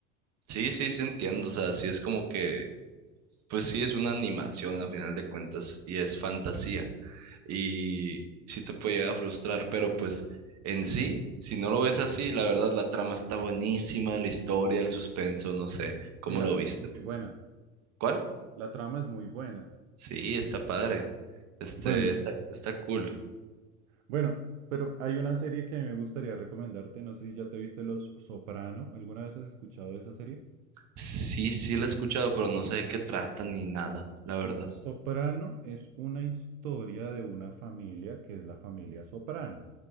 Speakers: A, on the right; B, on the right.
A: Sí, sí, sí entiendo, o sea, sí es como que, pues sí, es una animación a final de cuentas y es fantasía. y sí te puede llegar a frustrar, pero pues en sí, si no lo ves así, la verdad la trama está buenísima, la historia, el suspenso, no sé, ¿cómo
B: Sí, la
A: lo
B: trama
A: viste,
B: es muy
A: pues?
B: buena.
A: ¿Cuál?
B: La trama es muy buena.
A: Sí, está padre. Este,
B: Bueno, y-
A: está, está cool.
B: Bueno, pero hay una serie que a mí me gustaría recomendarte, no sé si ya te viste Los Soprano, ¿alguna vez has escuchado de esa serie?
A: Sí, sí la he escuchado, pero no sé de qué trata ni nada, la verdad.
B: Mm, Soprano es una historia de una familia que es la familia Soprano.